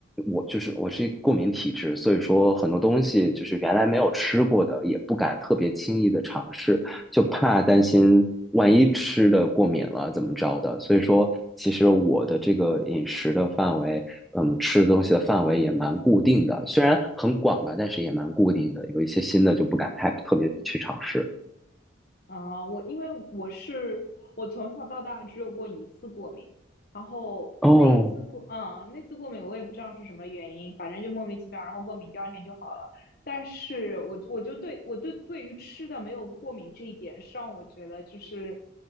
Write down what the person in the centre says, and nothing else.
我就是我是过敏体质，所以说很多东西就是原来没有吃过的，也不敢特别轻易的尝试。就怕担心万一吃的过敏了怎么着的。所以说，其实我的这个饮食的范围，嗯，吃的东西的范围也蛮固定的，虽然很广吧，但是也蛮固定的。有一些新的就不敢太特别的去尝试。
哦